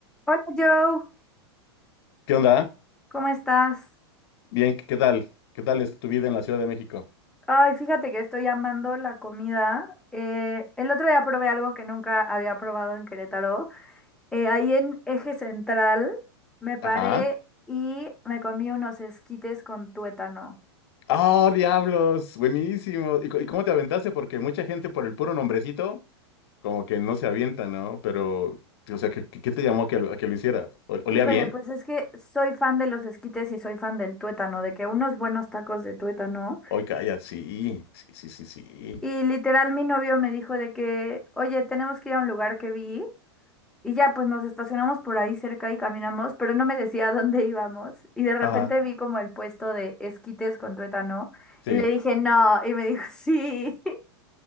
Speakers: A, in the centre; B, on the left.
A: Hola Joe,
B: ¿Qué onda?
A: ¿cómo estás?
B: Bien, ¿qué qué tal? ¿Qué tal es tu vida en la Ciudad de México?
A: Ay, fíjate que estoy amando la comida. Eh, el otro día probé algo que nunca había probado en Querétaro. Eh, ahí en Eje Central me paré
B: Ajá.
A: y me comí unos esquites con tuétano.
B: ¡Oh, diablos! Buenísimo. ¿Y, co- y cómo te aventaste? Porque mucha gente por el puro nombrecito, como que no se avienta, ¿no? Pero, o sea, ¿qué, qué- qué te llamó a que, lo- a que lo hicieras? ¿O- ¿Olía
A: Híjole,
B: bien?
A: pues es que soy fan de los esquites y soy fan del tuétano, de que unos buenos tacos de tuétano.
B: Hoy calla, sí, sí, sí, sí, sí.
A: Y literal mi novio me dijo de que, oye, tenemos que ir a un lugar que vi. Y ya pues nos estacionamos por ahí cerca y caminamos, pero no me decía a dónde íbamos. Y de repente
B: Ajá,
A: vi como el puesto de esquites con tuétano
B: sí.
A: y le dije no, y me dijo sí. <laughs>